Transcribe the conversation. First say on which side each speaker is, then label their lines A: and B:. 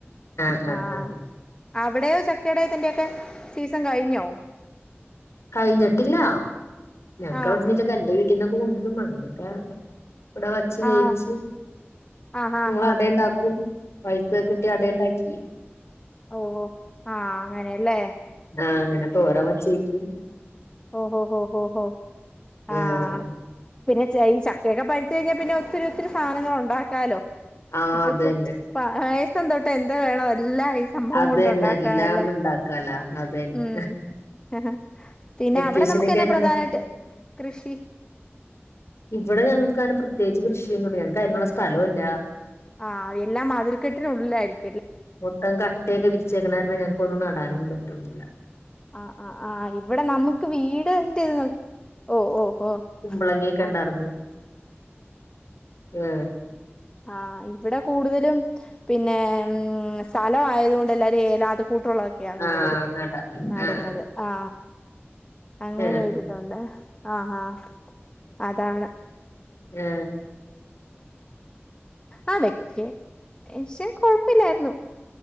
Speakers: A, on the left; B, on the left.
A: ആഹ് ആഹ്
B: ആ
A: ആഹ്
B: അവിടെയോ ചക്കയട യത്തിന്റെയൊക്കെ സീസൺ കയിഞ്ഞോ
A: കയിഞ്ഞിട്ടില്ല ഞങ്ങക്കവിടുന്നില്ല
B: ആഹ്
A: കന്റ വീട്ടീന്നൊക്കെ <unintelligible> കഴിക്കുന്നൊക്കെ കൊണ്ടും മങ്ങനൊക്ക ഇവിടെ വച്ചെ ജെയിച്ചു
B: ആഹ് ആഹ് ആഹ്
A: നിങ്ങളടയുണ്ടാക്കും
B: ആഹ്
A: പയിത്ത ഒക്കെ കിട്ടിയാ അടുയുണ്ടാക്കി
B: ഓ ഓ ആ അങ്ങനെ അല്ലേ
A: ആ അങ്ങനെ തോരൻ വച്ചേക്കും
B: ഓഹോ ഹോ ഹഓ ഹോ ആഹ
A: ആഹ്
B: പിന്നെ ഈ ചക്കയൊക്കെ പ ട്ടു കഴിഞ്ഞാ പിന്നെ ഒത്തിരി ഒത്തിരി സാധനങ്ങൾ ഉണ്ടാക്കാലോ
A: ആഹ്
B: ഇപ്പ
A: അത്
B: ഇപ്പം
A: തന്നെ
B: ന്തോട്ടെ എന്താ വേണ എല്ലാ ഈ സംഭവം
A: അത്
B: കൊണ്ട
A: തന്നെ
B: ഉണ്ടാക്കറല്ല
A: എല്ലാം ഉണ്ടാക്കാലാ അത് തന്നെ
B: ഉം ഹെഹെ പിന്നെ
A: വെക്കേഷനൊക്കെ
B: അവിടെ നമുക്കെ ന്നാ
A: എങ്ങനെ
B: പ്രധാനായിട്ടെ
A: ഉണ്ടായി?
B: കൃഷി
A: ഇവിടെ ഞങ്ങക്കങ്ങനെ പ്രത്യേകിച്ചെ കൃഷിയൊന്നുമില്ല ഞങ്ങക്കതിനുള്ള സ്ഥലമില്ല
B: ആ എല്ലാം മതിൽ ക്കെട്ടിനു ഉള്ളിലായിരിക്കും
A: മൊത്തം കട്ടയൊക്കെ വിരിച്ചേക്കുന്ന കാരണം ഞങ്ങക്കൊന്നും നടാനും പറ്റുന്നില്ല
B: ആ ആ ആ ഇവിടെ നമുക്കെ വീടെ ഇന്റെ ഇതു നോക്കി ഓ ഓ ഓ
A: കുമ്പളങ്ങൊക്കെ ഒണ്ടാർന്നു
B: ആഹ്
A: ഏ
B: ആ ഇവിടെ കൂടുതലും പിന്നെ സ്ഥലം ആയതു കൊണ്ട് എല്ലാരും ഏലാതും കൂട്ടുള്ളതൊക്കെയാ കൂടുതലും
A: ആഹ് നടാൻ
B: നടുന്നത്
A: ആഹ്
B: ആ അങ്ങനെതുണ്ട്
A: ആഹ്
B: ആ ആ അതാണ്
A: ആ
B: ആ വെക്കേ ഷൻ കൊഴപ്പില്ലായിരുന്നു